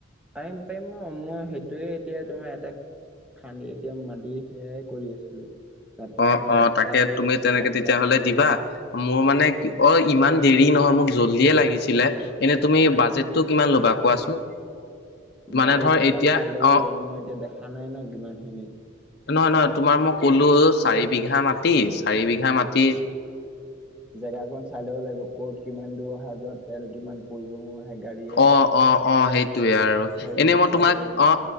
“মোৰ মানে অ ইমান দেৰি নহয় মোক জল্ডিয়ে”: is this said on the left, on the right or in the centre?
Left